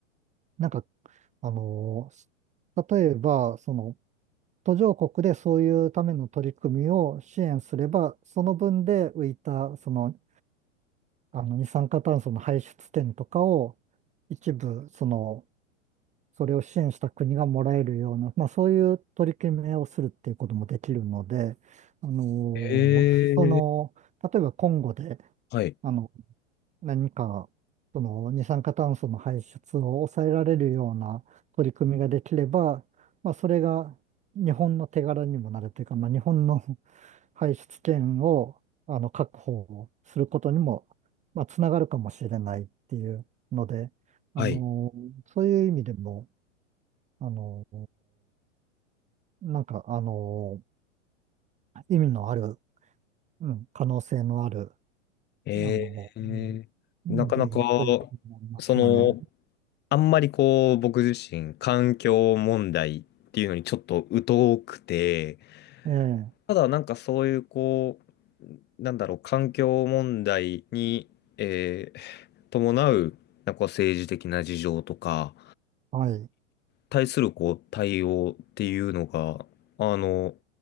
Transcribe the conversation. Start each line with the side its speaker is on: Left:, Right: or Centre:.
Right: なんかあの、例えば、その途上国でそういうための取り組みを支援すれば、その分で浮いた、その、あの、二酸化炭素の排出点とかを一部、その、それを支援した国がもらえるような、まあそういう取り決めをするっていうこともできるので、あの、
Left: え
Right: その、
Left: ー。
Right: 例えば今後で、
Left: はい。
Right: あの、何か、その二酸化炭素の排出を抑えられるような取り組みができれば、まあ、それが日本の手柄にもなるというか、まあ、日本の <laughs> 排出権をあの確保することにも、まあ、つながるかもしれないっていうので、あの、
Left: はい。
Right: そういう意味でも、あの、なんか、あの、意味のある、うん、可能性のある、
Left: えー。
Right: あの、うん
Left: なかなか、
Right: 分野ということになりますよね。
Left: その、あんまりこう、僕自身、環境問題っていうのにちょっと疎くて、
Right: ええ
Left: ただなんかそういうこう、なんだろう、環境問題に、えー伴う、なんかこう政治的な事情とか、
Right: はい。
Left: 対するこう対応っていうのが、あの、